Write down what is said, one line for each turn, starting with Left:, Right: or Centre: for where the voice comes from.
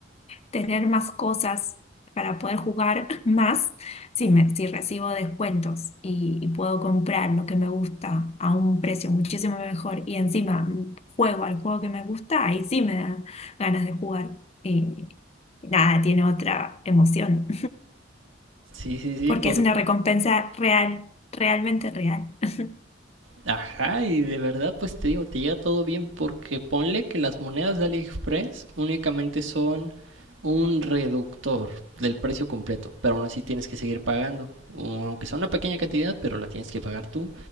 Left: tener más cosas para poder jugar <laughs> más si, me, si recibo descuentos y, y puedo comprar lo que me gusta a un precio muchísimo mejor y encima mm, juego al juego que me gusta, ahí sí me da ganas de jugar. Y nada, tiene otra emoción,
Right: Sí, sí,
Left: <laughs>
Right: sí,
Left: porque
Right: por
Left: es una recompensa real, realmente real. <laughs>
Right: Ajá, y de verdad, pues te digo, te llega todo bien porque ponle que las monedas de AliExpress únicamente son un reductor del precio completo, pero aún así tienes que seguir pagando, o aunque sea una pequeña cantidad, pero la tienes que pagar tú.